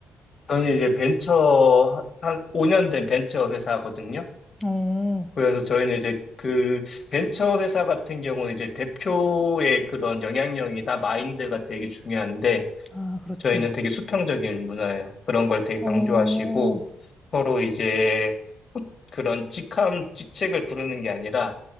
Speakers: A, on the left; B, in the centre.
A: 저는 이제 벤처 한 5년 된 벤처 회사거든요.
B: 어,
A: 그래서 저희는 이제 그 벤처 회사 같은 경우는 이제 대표의 그런 영향력이나 마인드가 되게 중요한데
B: 아, 그렇죠.
A: 저희는 되게 수평적인 문화예요. 그런 걸 되게 강조하시고
B: 어,
A: 서로 이제 후- 그런 직함, 직책을 부르는 게 아니라